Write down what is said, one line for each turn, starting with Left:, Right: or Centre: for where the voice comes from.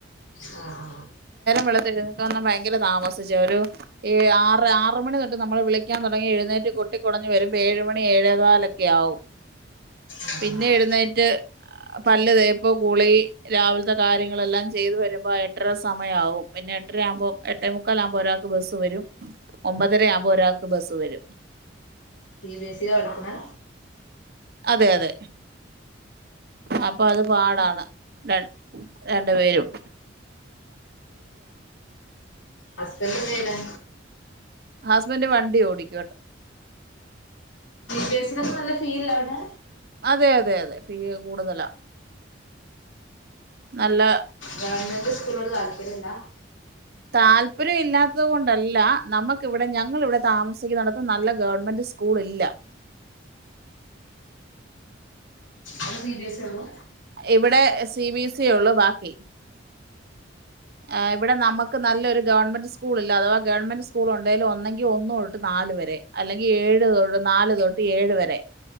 Left: ആ ആ
Right: വളെ <unintelligible> ഭയങ്കര താമസിച്ച് ഒരു ഏ ആറ് ആറ് മണി തൊട്ട് നമ്മള് വിളിക്കാൻ തുടങ്ങി എഴുന്നേറ്റ് കൊട്ടിക്കൊടഞ് വരുമ്പോ ഏയ് മണി ഏഴേ കാലൊക്കെ ആവും.
Left: ആഹ്
Right: പിന്നെ
Left: ആഹ് ആഹ്
Right: എഴുന്നേറ്റ് പല്ല് തേപ്പും കുളി രാവിൽത്തെ കാര്യങ്ങളെല്ലാ ചെയ്തു വരു പ എട്ടര സമയാവും. പിന്നെ എട്ടരയാഉമ്പോ എട്ടേ മുക്കാലാഉമ്പോ ഒരാക്ക് ബസ്സ് വരും ഒമ്പതര ആവുമ്പോ ഒരാക്ക് ബസ് വരും
Left: സീ ബി എസിലാ പടിക്ണേ?
Right: അതെ അതെ ആ പ്പൊ അത് പാടാണ് ടെൻ രണ്ട് പേരും
Left: ആ ഹസ്ബെന്റെന്തയ്യ്ണേ?
Right: ഹസ്ബൻഡ് വണ്ടി ഓടിക്കുവ -
Left: ബസിന നല്ല ഫീൽ ആണ്
Right: അതെ അ അതെ അതെ ഫീ കൂടുതലാ നല്ല
Left: ഗവൺമെന്റ് സ്കൂളോട് താല്പര്യില്ല ആ
Right: താല്പര്യം ഇല്ലാത്തത് കൊണ്ടല്ല നമുക്കിവിടെ ഞങ്ങളിവിടെ താമസിക്കു ന്നടുത്തു നല്ല ഗവൺമെന്റ് സ്കൂൾ ഇല്ല
Left: അവിടെ സി ബി എസ് സി ഉള്ളു
Right: ഇവിടെ സി ബി എസ് സി ഉള്ളു ബാക്കി ആ ഇവിടെ നമുക്ക് നല്ലൊരു ഗവൺമെന്റ് സ്കൂൾ ഇല്ല അഥവാ ഗവൺമെന്റ് സ്കൂൾ ഒണ്ടെലും ഒന്നങ്കി ഒന്ന് തൊട്ട് നാല് വരെ അല്ലെങ്കി ഏഴു തൊട്ട് നാല് തൊട്ട് ഏഴു വരെ